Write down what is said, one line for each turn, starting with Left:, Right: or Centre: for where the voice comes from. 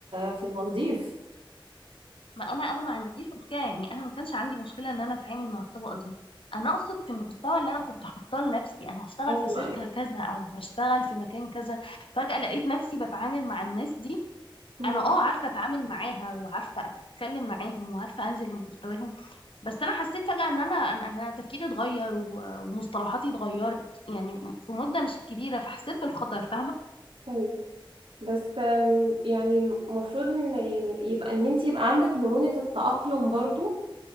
Right: في المالديف
Left: ما انا انا ما عنديش مشكله يعني انا ما كانش عندي مشكله ان انا اتعامل مع الطبقه دي انا اقصد في المستوى اللي انا كنت حاطاه لنفسي انا هشتغل
Right: ايوه
Left: في شركه
Right: ايوه
Left: كذا او هشتغل في مكان كذا فجاه لقيت نفسي بتعامل مع الناس دي
Right: مم.
Left: انا اه عارفه اتعامل معاها وعارفه اتكلم معاهم وعارفه انزل لمستواهم بس انا حسيت فجاه ان انا انا أنا تفكيري اتغير و- ومصطلحاتي اتغيرت يعني في مده مش كبيره فحسيت بالخطر فاهمه
Right: ايوه بس أم، يعني المفروض ان يعني يبقى ان انت يبقى عندك مرونة التأقلم برضو